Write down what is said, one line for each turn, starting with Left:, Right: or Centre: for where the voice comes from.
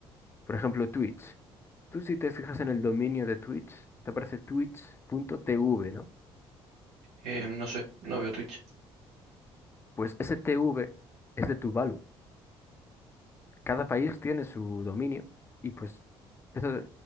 Left: por ejemplo, Twitch. Tú si te fijas en el dominio de Twitch, te aparece Twitch punto twitch.tv, ¿no?
Right: Eh, no sé, no veo Twitch.
Left: Pues ese TV es de Tuvalu. cada país tiene su dominio y pues eso,